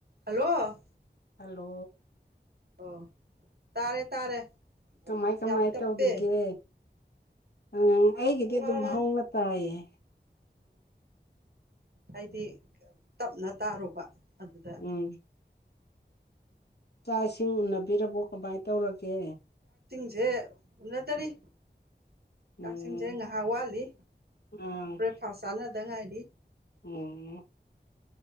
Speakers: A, on the right; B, on the left.
A: Hello
B: hello
A: ꯑꯣ ꯇꯥꯔꯦ ꯇꯥꯔꯦ
B: ꯀꯃꯥꯏ ꯀꯃꯥꯏ
A: ꯌꯥꯝ ꯇꯞꯄꯦ
B: ꯇꯧꯔꯤꯒꯦ ꯎꯝ ꯑꯩꯒꯤꯗꯤ
A: ꯑꯣ
B: ꯑꯗꯨꯝ ꯍꯧꯅ ꯇꯥꯏꯌꯦ
A: ꯍꯑꯩꯗꯤ ꯇꯞꯅ ꯇꯥꯔꯨꯕ ꯑꯗꯨꯗ
B: ꯎꯝ ꯆꯥꯛ ꯏꯁꯤꯡ ꯎꯅꯕꯤꯔꯕꯣ ꯀꯃꯥꯏ ꯇꯧꯔꯒꯦ
A: ꯁꯦ ꯎꯟꯅꯗꯔ꯭ꯤ
B: ꯎꯝ
A: ꯆꯥꯛꯏꯁꯤꯡꯁꯦ ꯉꯥꯏꯍꯥꯛ ꯋꯥꯠꯂꯤ
B: ꯑꯥ
A: ꯕ꯭ꯔꯦꯛꯐꯥꯁ ꯆꯥꯅꯗ ꯉꯥꯏꯔꯤ
B: ꯎꯝ